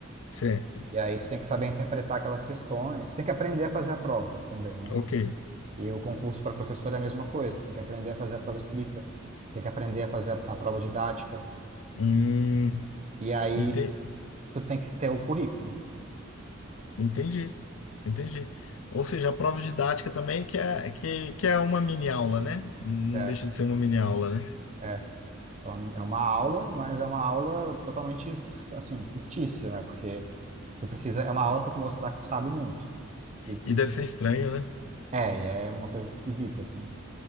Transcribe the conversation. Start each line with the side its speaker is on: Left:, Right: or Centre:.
Left: certo,
Right: E aí tu tem que saber interpretar aquelas questões, tu tem que aprender a fazer a prova também, né?
Left: ok.
Right: E o concurso para professor é a mesma coisa, tu tem que aprender a fazer a prova escrita, tem que aprender a fazer a, a prova didática,
Left: Hum,
Right: e aí
Left: ente-
Right: tu tem que ter o currículo,
Left: entendi, entendi. Ou seja, a prova didática também, que é, que, que é uma mini aula, né? Não
Right: é.
Left: não deixa de ser uma mini aula, né?
Right: é. É uma é uma aula, mas é uma aula totalmente, assim, fictícia, né? Porque tu precisa, é uma aula para tu mostrar que tu sabe muito. E
Left: E deve ser estranho, né?
Right: é, e é uma coisa esquisita, assim.